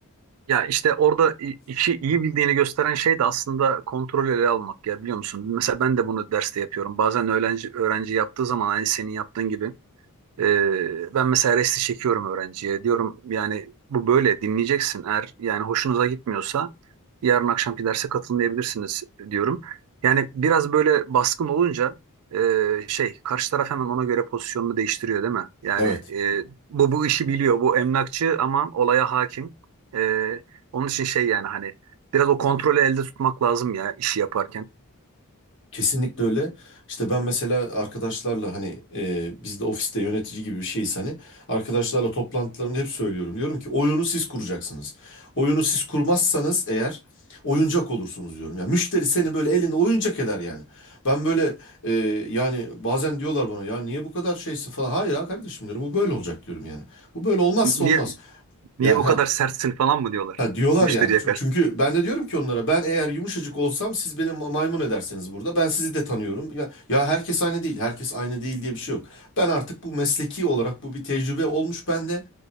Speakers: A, on the right; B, on the left.
A: Ya işte orada i- işi iyi bildiğini gösteren şey de aslında kontrolü ele almak ya biliyor musun? Mesela ben de bunu derste yapıyorum. Bazen öğrenci öğrenci yaptığı zaman aynı senin yaptığın gibi Ee, ben mesela resti çekiyorum öğrenciye. Diyorum yani bu böyle dinleyeceksin. Eğer yani hoşunuza gitmiyorsa yarın akşamki derse katılmayabilirsiniz diyorum. Yani biraz böyle baskın olunca e, şey karşı taraf hemen ona göre pozisyonunu değiştiriyor değil mi? Yani
B: Evet.
A: e, bu bu işi biliyor. Bu emlakçı ama olaya hakim. E, onun için şey yani hani biraz o kontrolü elde tutmak lazım ya işi yaparken.
B: Kesinlikle öyle. İşte ben mesela arkadaşlarla hani e, biz de ofiste yönetici gibi bir şeyiz hani arkadaşlarla toplantılarımda hep söylüyorum. Diyorum ki oyunu siz kuracaksınız. Oyunu siz kurmazsanız eğer oyuncak olursunuz diyorum. Yani müşteri seni böyle eline oyuncak eder yani. Ben böyle e, yani bazen diyorlar bana ya niye bu kadar şeysin falan. Hayır ha kardeşim diyorum bu böyle olacak diyorum yani. Bu böyle olmazsa olmaz.
A: Niye niye
B: Ya
A: bu
B: ha
A: kadar sertsin falan mı diyorlar
B: Ha diyorlar
A: müşteri
B: yani.
A: yakar.
B: Çün- Çünkü ben de diyorum ki onlara ben eğer yumuşacık olsam siz beni ma- maymun edersiniz burada. Ben sizi de tanıyorum. Ya, ya herkes aynı değil. Herkes aynı değil diye bir şey yok. Ben artık bu mesleki olarak bu bir tecrübe olmuş bende.